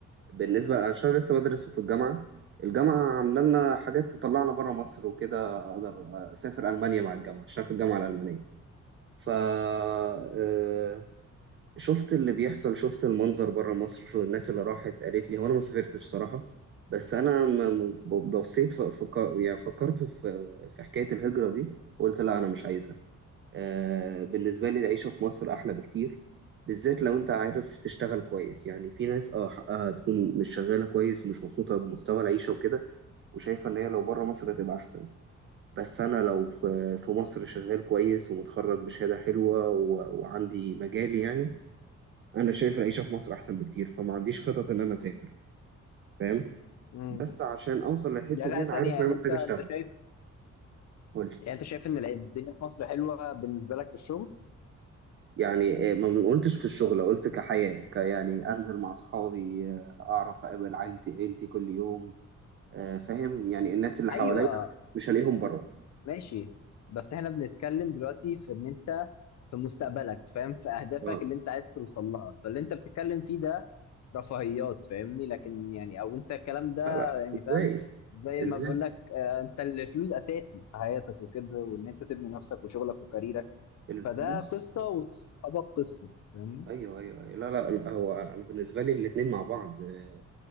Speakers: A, on the right; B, on the left.
A: بالنسبة أنا عشان لسه بدرس وفي الجامعة الجامعة عاملة لنا حاجات تطلعنا بره مصر وكده أقدر أسافر ألمانيا مع الجامعة عشان في الجامعة الألمانية ف آه، شفت اللي بيحصل شفت المنظر بره مصر شو الناس اللي راحت قالت لي هو انا ما سافرتش صراحة بس انا ما- ما- بصيت ف- فك- يعني فكرت في في حكاية الهجرة دي قلت لا انا مش عايزها آه، بالنسبة لي العيشة في مصر احلى بكتير بالذات لو انت عارف تشتغل كويس يعني في ناس اه حقها تكون مش شغالة كويس ومش مبسوطة بمستوى العيشة وكده وشايفة ان هي لو بره مصر هتبقى احسن بس أنا لو في في مصر شغال كويس ومتخرج بشهادة حلوة و... وعندي مجالي يعني أنا شايف العيشة في مصر أحسن بكتير فما عنديش خطط إن أنا أسافر فاهم
B: امم
A: بس عشان أوصل للحتة
B: يعني
A: دي
B: لا
A: أنا
B: ثانيه
A: عارف
B: يعني
A: إن أنا
B: انت
A: محتاج
B: انت
A: أشتغل
B: شايف
A: قول
B: يعني انت شايف ان الدنيا في مصر حلوه بالنسبه لك في الشغل
A: يعني آه، ما قلتش في الشغل قلت كحياة ك يعني أنزل مع صحابي آه، أعرف أقابل عيلتي عيلتي كل يوم آه، فاهم يعني الناس اللي
B: ايوه
A: حواليا مش هلاقيهم بره
B: ماشي بس احنا بنتكلم دلوقتي في ان انت في مستقبلك فاهم في اهدافك
A: اه
B: اللي انت عايز توصل لها فاللي انت بتتكلم فيه ده رفاهيات فاهمني لكن يعني او انت الكلام ده
A: لا لا
B: يعني
A: ازاي
B: فاهم زي
A: ازاي
B: ما بقول لك آه، انت الفلوس اساسي في حياتك وكده وان انت تبني نفسك وشغلك وكاريرك
A: الفلوس
B: فده قصه وصحابك قصه فاهمني
A: ايوه ايوه أيوة. لا لا لا هو انا بالنسبه لي الاتنين مع بعض آه،